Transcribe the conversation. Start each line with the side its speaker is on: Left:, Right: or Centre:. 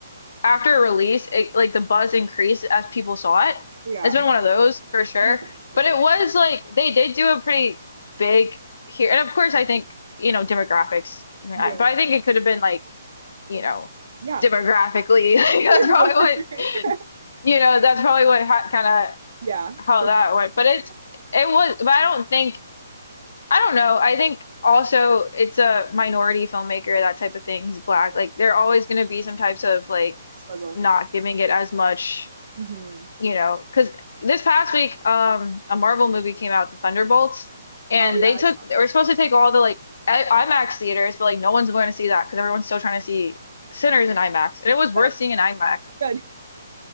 Left: after a release, it, like the buzz increased as people saw it.
Right: Yeah.
Left: It's been one of those for sure.
Right: That makes sense for
Left: But
Right: sure.
Left: it was like they did do a pretty big here, and of course I think, you know, demographics, you know,
Right: Yeah.
Left: but I think
Right: True.
Left: it could have been like, you know,
Right: Yeah.
Left: demographically, <laughs> like
Right: <laughs>
Left: that's probably
Right: No, for
Left: what
Right: sure.
Left: you know that's probably what ha kind of
Right: Yeah.
Left: how
Right: For
Left: that went, but it's
Right: sure. Yeah,
Left: it was, but I don't think I don't know. I think also it's a minority filmmaker, that type of thing. He's black.
Right: true.
Left: Like there are always going to be some types of like
Right: Struggle
Left: not
Right: for sure.
Left: giving it as much,
Right: hmm
Left: you know, because this past week, um, a Marvel movie came out, The Thunderbolts, and
Right: Oh yeah,
Left: they
Right: I
Left: took
Right: saw.
Left: they were supposed to take all the like I- IMAX theaters, but like no one's going to see that because everyone's still trying to see Sinners in IMAX, and it was worth
Right: Good.
Left: seeing in IMAX.
Right: Good.